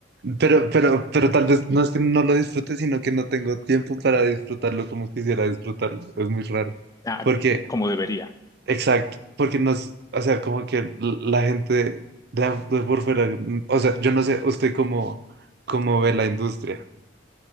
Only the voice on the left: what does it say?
Ah,
como debería.